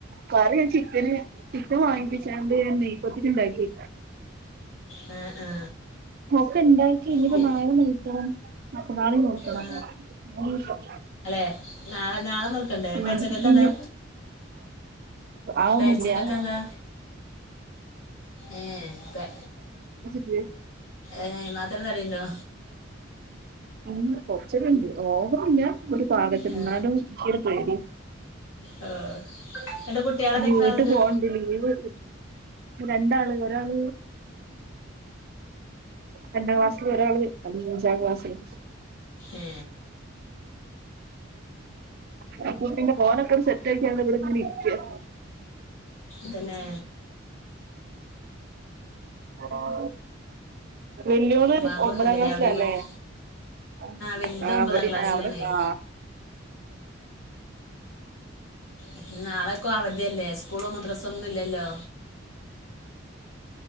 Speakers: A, on the right; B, on the left.
A: കറി ചിക്കന് <unintelligible> വാങ്ങിപ്പിച്ചാണ്ട് ഞാൻ നെയ്യ് പത്തിരി ഉണ്ടാക്കി
B: ആ ആ
A: ഒക്കെ ഇണ്ടാക്കി ഇനിപ്പോ
B: പി
A: നാളെ നോറ്റണം മറ്റന്നാളും നോറ്റണം
B: ആ
A: മൂന്ന് ദിവസം
B: അല്ലെ നാളെ നാളെ നോൽക്കണ്ടേ
A: ഉം
B: അപ്പൊ ഉച്ചക്കത്തെ
A: പിന്നെഞ്ഞ്
B: എന്താ
A: ആവുന്നില്ല
B: പെൽച്ചക്കൊക്കെ എന്താ ഏ പെ
A: <unintelligible> <unintelligible>
B: ഏ മാത്രം തടയണ്ടോ
A: ഇങ്ങ പച്ചരിയുണ്ട് ഓവറില്ല ഒരു ഭാഗത്ത്
B: ഏ
A: നിന്നാലും എനിക്കൊരു പേടി
B: ഓ എന്നിട്ട് കുട്ടികളൊക്കെ
A: ഇനി
B: എത്ര
A: വീട്ടിൽ
B: ആളുണ്ട്
A: പോവണ്ട് ലീവ് കി രണ്ടാള് ഒരാള് രണ്ടാം ക്ലാസില് ഒരാള് അഞ്ചാം ക്ലാസ്സില്
B: ഏ
A: <unintelligible> സെറ്റ് ആക്കിയാണ് ഇവിടിങ്ങനെ ഇരിക്കുക
B: പിന്നെ
A: ആ വല്യോള്
B: ബാങ്ക്
A: ഒമ്പതാം
B: കൊടുക്കണ്ടല്ലേ
A: ക്ലാസ്സിലാ
B: അവിടെയും
A: അല്ലേ
B: ഇവിടെയും
A: ആ
B: വലുത്
A: ആ
B: ഒമ്പതാം
A: അവിടെ
B: ക്ലാസ്സിലാണേ
A: ആ അവിടെ ആ
B: പിന്നെ നാളെയൊക്കെ അവധിയല്ലേ സ്കൂളോ മദ്രസോ ഒന്നും ഇല്ലല്ലോ